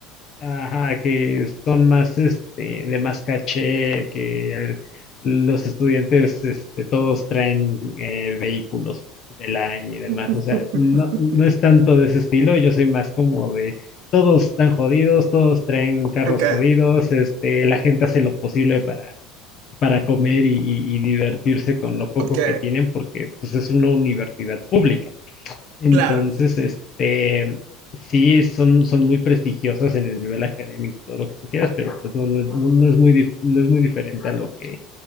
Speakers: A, on the left; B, on the right.
A: Ajá, que son más este de más caché, que el- los estudiantes este todos traen eh, vehículos del año y demás,
B: <laughs>
A: o sea, no, no es tanto de ese estilo, yo soy más como de todos están jodidos, todos traen carros
B: Ok,
A: jodidos, este la gente hace lo posible para para comer y, y y divertirse con lo poco
B: ok.
A: que tienen porque pues es una universidad pública. Entonces,
B: Claro,
A: este, sí, son, son muy prestigiosas en el nivel académico, todo lo que tú quieras, pero pues no, no es, mu- no es muy, dif- no es muy diferente a lo que,